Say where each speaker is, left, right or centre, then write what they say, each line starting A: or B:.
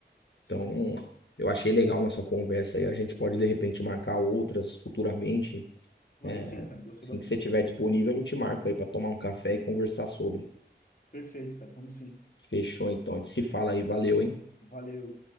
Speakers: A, on the left; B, on the left.
A: Sim,
B: Então,
A: sim.
B: eu achei legal nossa conversa aí. A gente pode, de repente, marcar outras futuramente.
A: Vamos
B: É,
A: sim, cara. Gostei
B: assim
A: bastante.
B: que você estiver disponível, a gente marca aí para tomar um café e conversar sobre.
A: Perfeito, cara. Vamos sim.
B: Fechou, então. A gente se fala aí. Valeu, hein?
A: Valeu.